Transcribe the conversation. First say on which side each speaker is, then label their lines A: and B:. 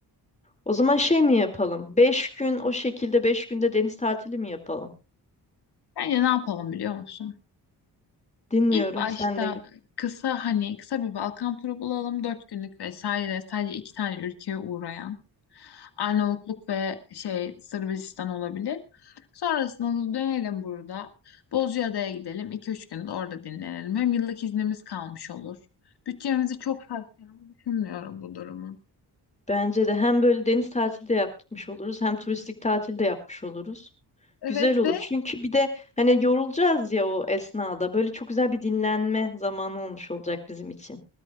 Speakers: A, on the left (about 15°); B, on the left (about 70°).
A: O zaman şey mi yapalım? Beş gün o şekilde beş günde deniz tatili mi yapalım?
B: Bence ne yapalım biliyor musun?
A: Dinliyorum
B: İlk başta
A: sen de.
B: kısa hani kısa bir Balkan turu bulalım. Dört günlük vesaire sadece iki tane ülkeye uğrayan. Arnavutluk ve şey Sırbistan olabilir. Sonrasında da dönelim burada. Bozcaada'ya gidelim. iki üç gün de orada dinlenelim. Hem yıllık iznimiz kalmış olur. Bütçemizi çok sarsacağını düşünmüyorum bu durumu.
A: Bence de hem böyle deniz tatili de yapmış oluruz hem turistik tatil de yapmış oluruz.
B: Evet
A: Güzel olur.
B: ve
A: Çünkü bir de hani yorulacağız ya o esnada. Böyle çok güzel bir dinlenme zamanı olmuş olacak bizim için.